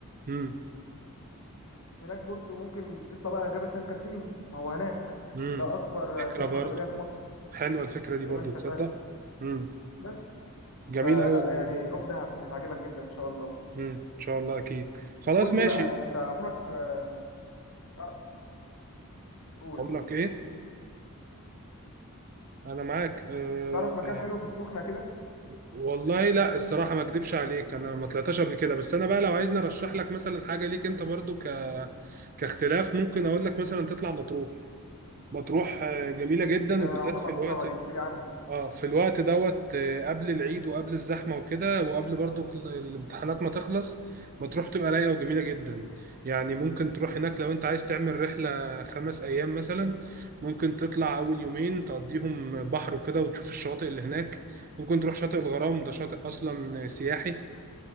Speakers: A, on the right; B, on the left.
A: امم
B: هناك برضو ممكن تطلع بقى جبل سان كاترين ما هو هناك
A: امم
B: ده اكبر
A: فكرة
B: قمه
A: برضه
B: جبليه في مصر
A: حلوة الفكرة دي
B: زي
A: برضه
B: ما انت
A: تصدق
B: فاهم
A: امم
B: بس
A: جميل
B: فلا
A: قوي الموضوع
B: يعني
A: ده
B: روح دهب هتعجبك جدا ان شاء الله
A: امم ان شاء الله اكيد خلاص
B: قول
A: ماشي
B: لي بقى انت عمرك آه، تعرف- قول
A: عمرك
B: قول
A: ايه انا معاك آه،
B: تعرف مكان حلو في السخنه كده
A: والله لا الصراحة ما اكدبش عليك انا ما طلعتش قبل كده بس انا بقى لو عايزني ارشح لك مثلا حاجة ليك انت برضو ك كاختلاف ممكن اقول لك مثلا تطلع مطروح مطروح آه، جميلة جدا
B: يا
A: وبالذات
B: عمري
A: في
B: ما رحتها
A: الوقت
B: دي احكي لي عنها
A: اه في الوقت دوت آه، قبل العيد وقبل الزحمه وكده وقبل برضو خل- الامتحانات ما تخلص بتروح تبقى رايقه وجميله جدا يعني ممكن تروح هناك لو انت عايز تعمل رحله خمس ايام مثلا ممكن تطلع اول يومين تقضيهم بحر وكده وتشوف الشواطئ اللي هناك ممكن تروح شاطئ الغرام ده شاطئ اصلا سياحي